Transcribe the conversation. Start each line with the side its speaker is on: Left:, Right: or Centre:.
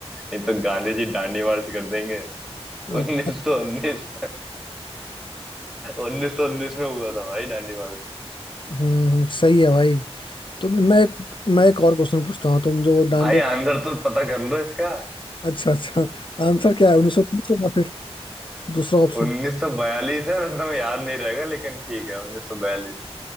Centre: नहीं तो गांधी जी डांडी मार्च कर देंगे उन्नीस
Left: अच्छा
Centre: सौ उन्नीस उन्नीस सौ उन्नीस <laughs> में हुआ था भाई दांडी मार्च
Left: हम्म सही है भाई तो मैं एक मैं एक और क्वेश्चन पूछता हूँ तुम जो डांडिया
Centre: भाई आंसर तो पता कर लो इसका
Left: अच्छा अच्छा आंसर क्या है उन्नीस सौ तीस होगा फिर दूसरा ऑप्शन
Centre: उन्नीस सौ बयालीस है वैसे तुम्हें याद नहीं रहेगा लेकिन ठीक है उन्नीस सौ बयालीस